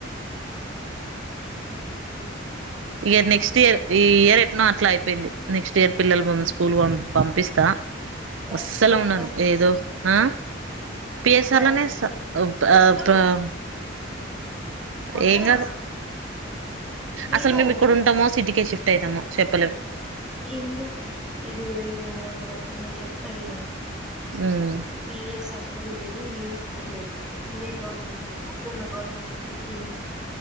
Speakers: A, in the centre; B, on the right.
A: నమ
B: ఇగా నెక్స్ట్ ఇయర్ ఈ ఇయర్ ఎట్నో అట్లా అయిపోయింది. నెక్స్ట్ ఇయర్ పిల్లలు స్కూల్ పంపిస్తా.
A: ఏ
B: అస్సలు
A: స్కూల్ ఎత్తావ్
B: ఉన్నాను ఏదో. ఆ పిఎస్ఆర్నేన్
A: ప్రైవేట్
B: ఎస్తా.
A: స్కూల్
B: <unintelligible>
A: వద్దు వద్దురా
B: ఏం కాదు
A: విను
B: అసలు మేము ఇక్కడ ఉంటామో, సిటీకే షిఫ్ట్. షిఫ్ట్ అయితమో చెప్పలేం.
A: ఎందుకు సిరీ వేయ్యి రూమ్ రెంట్లు కట్టుక నేను చెప్తా విను.
B: ఉమ్
A: పిఎస్ఆర్ స్కూల్ లేదు. ఏ స్కూల్ లేదు. ఇదే గవర్నమె ఊర్లా ఉన్న గవర్నమెంట్ స్కూల్ కి. ఏయ్యి